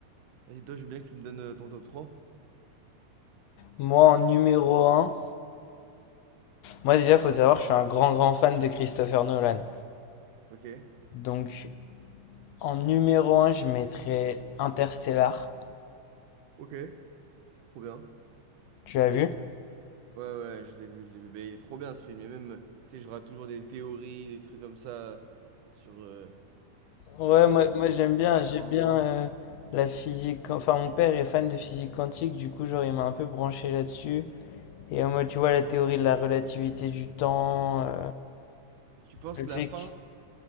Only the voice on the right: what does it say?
Vas-y, toi, je veux bien que tu me donnes euh, ton top trois.
Ok.
Ok. Trop bien.
Ouais, ouais, je l'ai vu, je l'ai vu. Mais il est trop bien ce film. Et même, tu sais, j'aurai toujours des théories, des trucs comme ça sur, euh, sur
le,
la
fin.
Et tu penses
la fin,